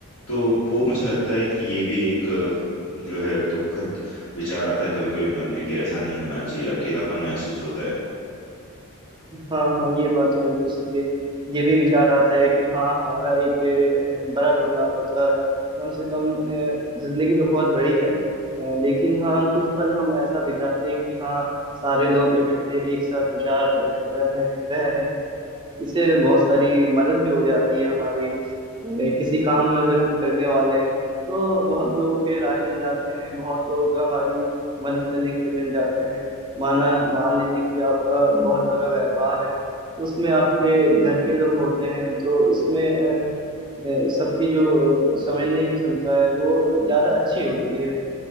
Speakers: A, on the left; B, on the right.
A: तो वो
B: हाँ
A: मुझे लगता है कि ये भी एक अ, जो है दुखद विचार आता है कभी कभी मन में कि ऐसा नहीं होना चाहिए अकेलापन महसूस होता है
B: हाँ हाँ ये बात तो बिल्कुल सही है ये भी विचार आता है कि हाँ हमारा एक अ, बड़ा परिवार होता कम से कम अ, जिंदगी तो बहुत बड़ी है अ, लेकिन हाँ कुछ पल हम ऐसा बिताते कि हाँ सारे लोग इकट्ठे एक साथ विचार अ, कर रहे हैं रह रहे हैं इससे बहुत सारी मदद भी हो जाती है हमारी अ, किसी काम में अगर हम करने वाले हैं तो बहुत लोगों के राय मिल जाते हैं बहुत लोग हमारी मदद करने के लिए मिल जाते हैं माना मान लीजिए कि आपका बहुत बड़ा व्यापार है तो उसमें आपके घर के लोग होते हैं तो इसमें अ, अ, सबकी जो अ, समझने की क्षमता है वो ज़्यादा अच्छी होती है